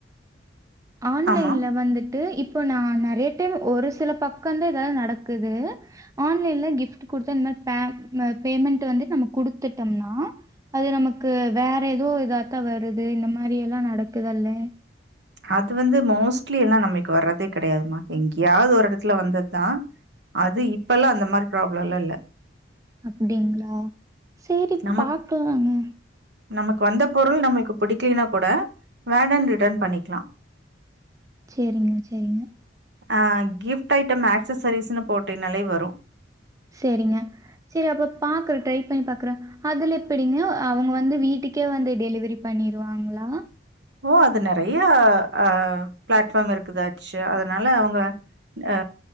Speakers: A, on the right; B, on the right.
A: ஆன்லைன்ல
B: ஆமா
A: வந்துட்டு இ ப்போ நா நெறைய டைமு ஒரு சில பக்கந்தா எதாது நடக்குது ஆன்லைன்ல கிஃப்ட் குடுத்தா ந ப்பே ம பேமெண்டு வந்துட் நம்ம குடுத்துட்டம்னா அது நமக்கு வேற எதோ இதா த்தா வருது இந்த மாரியெல்லா நடக்குதல்லே
B: அது வந்து மோஸ்ட்லி எல்லா நம்மள்க்கு வர்றதே கெடையாதுமா எங்கியாவ்து ஒரு எடத்துல வந்தத்தா அது இப்பெல்லா அந்த மாரி ப்ராப்ளல்லா இல்ல
A: அப்டிங்ளா சேரி
B: நமக்
A: பாக்கலாங்க
B: நமக்கு வந்த பொருள் நம்மள்க்கு பிடிக்கலைனா கூட வேண்டான் ரிட்டன் பண்ணிக்லா
A: சேரிங்க சேரிங்க
B: அ கிஃப்ட் ஐட்டம் ஏக்ஸசரிஸ்னு போட்டீனாலே வரு
A: சேரிங்க சேரி அப்ப பாக்குற ட்ரை பண்ணி பாக்குற அதுல எப்படிங்க அவுங்க வந்து வீட்டுக்கே வந்து டெலிவரி பண் பண்ணிருவாங்ளா
B: ஓ அது நெறைய அ பிளாட்ஃபார்ம் இருக்குது அச்சா அதனால அவுங்க அ